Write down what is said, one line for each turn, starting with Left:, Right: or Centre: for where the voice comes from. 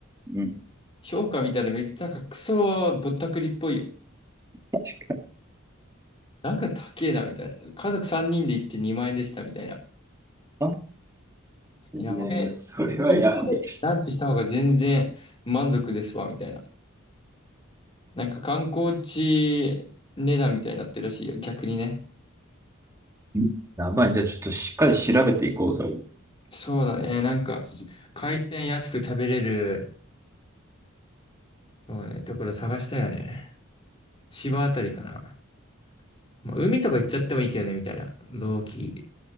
Right: うん。
Left: 評価見たらめっちゃなんかクソぼったくりっぽいよ。
Right: 確
Left: なんか高えな、みたいな。家族3人で行って2万円でした、みたいな。
Right: かに。いやいや、
Left: やばくない銀座でランチした方が全然満足ですわ、
Right: それはやばい。
Left: みたいな。なんか観光地値段みたいになってるらしいよ、逆にね。
Right: うんやばい。じゃあちょっとしっかり調べていこうぜ。確
Left: そうだね、なんか、回転安く食べれる、そうね、ところ探したよね。千葉あたりかな。まあ、海とか行っちゃってもいいけどね、みたいな。同期。